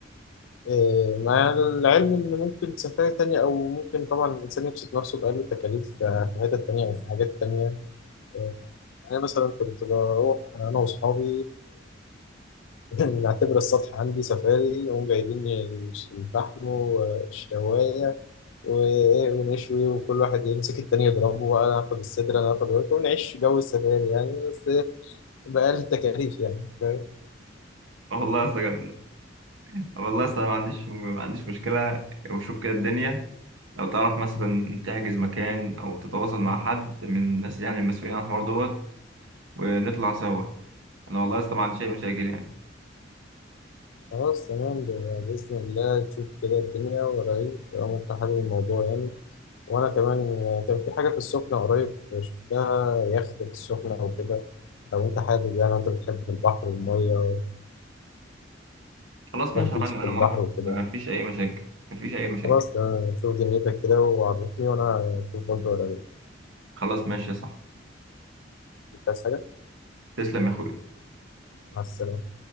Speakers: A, on the left; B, on the right.
A: إيه، مع العلم إن ممكن سفاري تانية أو ممكن طبعا الإنسان يبسط نفسه بأقل التكاليف في حتت تانية أو في حاجات تانية إيه، أنا مثلا كنت بروح أنا وأصحابي <laughs> نعتبر السطح عندي سفاري نقوم جايبين الفحم والشواية و- ونشوي وكل واحد يمسك التاني يضربه وأنا آخد الصدر أنا آخد الورك ونعيش جو السفاري يعني بس بأقل التكاليف يعني فاهم؟
B: اه والله يا اسطى جامدة والله يا اسطى ما عنديش ما عنديش مشكلة وشوف كده الدنيا لو تعرف مثلا تحجز مكان او تتواصل مع حد من الناس يعني المسؤولين عن الحوار دوت ونطلع سوا انا والله لسه ما عنديش اي مشاكل يعني
A: خلاص تمام ده بإذن الله تشوف كده الدنيا ورايك طالما أنت حابب الموضوع يعني وأنا كمان كان في حاجة في السخنة قريب شفتها يخت في السخنة أو كده لو أنت حابب يعني أنت بتحب البحر والمية
B: خلاص
A: والتنطيط
B: ماشي يا معلم
A: في
B: انا
A: البحر
B: موافق
A: وكده
B: ما فيش اي مشاكل ما فيش اي مشاكل
A: خلاص تمام شوف دنيتك كده وعرفني وأنا أشوف برضه ولا
B: خلاص ماشي يا صاحبي
A: مش عايز حاجة
B: تسلم يا اخوي
A: مع السلامة